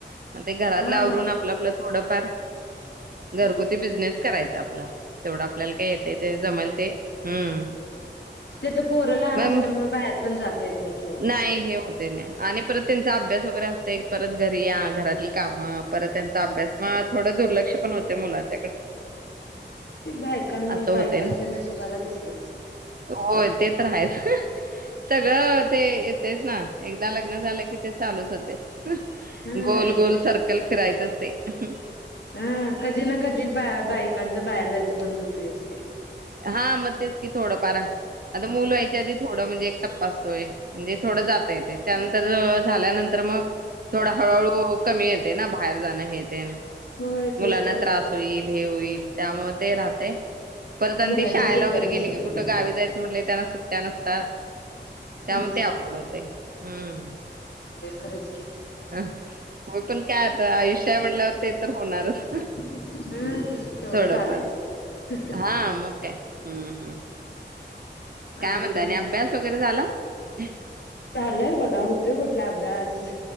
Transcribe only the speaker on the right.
मग ते घरातल्
आवरून आपलं आपलं थोडं घरगुती बिझनेस करायचा आपला तेवढं आपल्याला काय येतय ते जमायला हम्म.
मग
नाही हे होत. आणि परत त्यांचा अभ्यास वगैरे असतय परत घरी या घरातली कामं परत त्यांचा अभ्यास मग थोडं दुर्लक्ष पण होतय मुलांनच्याकड
असं होते
ना
होय ते तर हायच. सगळं ते येतयच ना. एकदा लग्न झालं की ते चालूच होतय.
गोल गोल
सर्कल फिरायचंच ते अ ह
हा मग तेच की थोडंफार. मुल व्हायच्या आधी थोडं म्हणजे एक टप्पा आसतोय, म्हणजे थोडं जाता येतय, त्यानंतर झाल्यानंतर मग थोडं हळूहळू कमी येतय ना बाहेर जाणं हे तेन.
मुलांना
त्रास होईल. हे होईल त्यामुळे ते राहतय. परत आणि
ती शाळेला
वगैरे गेली
की
कुठे गावी जायचं म्हटलं त्यांना सुट्टया नसतात त्यामुळे
ते अवघड होते. हम्म..
होय पण.. काय आता आयुष्य हाय म्हणल्यावर तेच होते. तर होणारच
थोडंफार
हा मग काय हम्म हम्म काय
म्हणताय आणि अभ्यास वगैरे झाला. हम